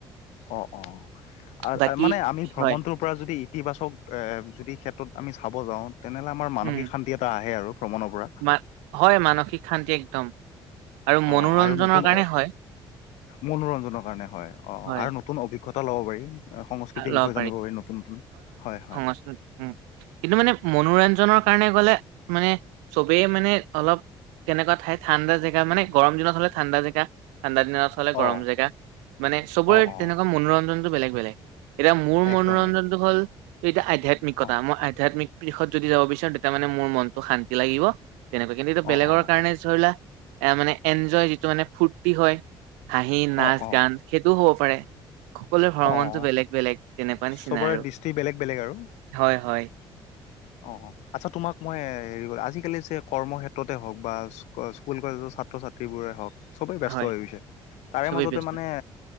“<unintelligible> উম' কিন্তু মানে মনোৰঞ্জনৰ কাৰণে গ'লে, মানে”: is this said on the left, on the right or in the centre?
Right